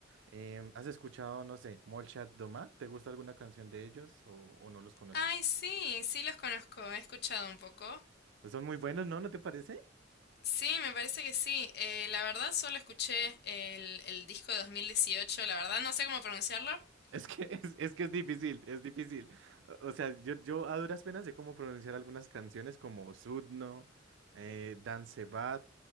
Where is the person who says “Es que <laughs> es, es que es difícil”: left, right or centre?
Right